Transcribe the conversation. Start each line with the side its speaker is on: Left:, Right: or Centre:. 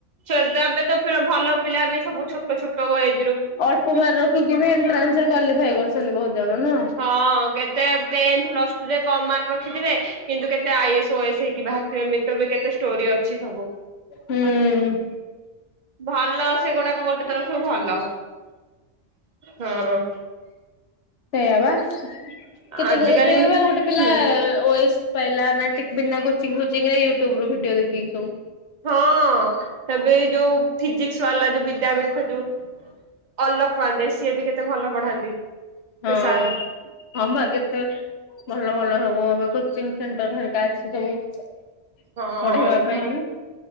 Right: <inaudible> ତ ଭଲ ପିଲା ବି ସବୁ ଛୋଟ ଛୋଟ ଏଜ୍
Left: ଅଳ୍ପ ମାର୍କ ରଖିକି ବି ଏଣ୍ଟ୍ରାନ୍ସ କ୍ଵାଲିଫାଇ କରୁଛନ୍ତି ବହୁତ ଜଣ ନୁହଁ।
Right: ହଁ। କେତେ ଟେନ୍ଥ ପ୍ଲସ ଟୁ ରେ କମ୍ ମାର୍କ ରଖିଥିବେ କିନ୍ତୁ କେତେ I A S O A S ହେଇକି ବାହାରିଥିବେ <inaudible> କେତେ ଷ୍ଟୋରି ଅଛି ସବୁ
Left: ହୁଁ
Right: ଭଲ ସେଗୁଡାକ ଗୋଟେ ତରଫରୁ ଭଲ ହଁ।
Left: ସେଇଆ ବା କେତେ
Right: ଆଜିକାଲି
Left: ଗୁର ସେଇ ଭଳିଆ ଗୋଟେ ପିଲା
Right: ହୁଁ
Left: ଓଏସ୍ ପାଇଲା ନା କି ବିନା କୋଚିଙ୍ଗ୍ ଫୋଚିଙ୍ଗ୍ ରେ ୟୁଟ୍ୟୁବ ରୁ ଭିଡିଓ ଦେଖିକି ସବୁ
Right: ହଁ ଏବେ ଯୋଉ ଫିଜିକ୍ସ କ୍ସ ବାଲା ଯୋଉ ବିଦ୍ୟାପୀଠ ଯୋଉ ଅଲ୍ଲୋକ ପାଣ୍ଡେ ସିଏ ବି କେତେ ଭଲ ପଢାନ୍ତି। ସେ
Left: ହଁ
Right: ସାର୍
Left: ହଁ ପା କେତେ ଭଲ ଭଲ ହବ ଏବେ କୋଶ୍ଚିନ୍ ସେଣ୍ଟର ହରିକା ଅଛି ସବୁ।
Right: ହଁ
Left: ପଢେଇବା ପାଇଁ।
Right: ହୁଁ